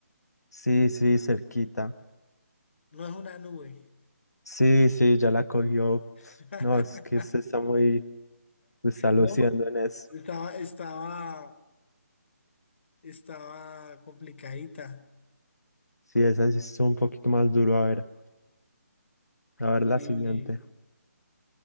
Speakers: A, on the left; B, on the left.
A: Sí, sí, cerquita.
B: No es una nube.
A: Sí, sí, ya la cogió.
B: <laughs>
A: No, es que usted está muy, se está luciendo
B: No,
A: en eso.
B: estaba, estaba, estaba complicadita.
A: Sí, esa sí es un poquito más duro. A ver, a
B: Y
A: ver la siguiente.